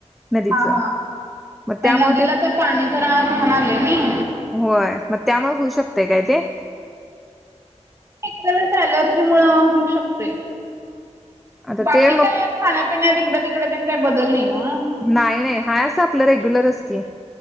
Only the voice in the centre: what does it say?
नदीचं
मग त्यामुळे
ते
होय, मग त्यामुळे होऊ शकतंय काय ते?
आता
ते मग
नाही, नाही, हाय असं आपलं रेग्युलरच की,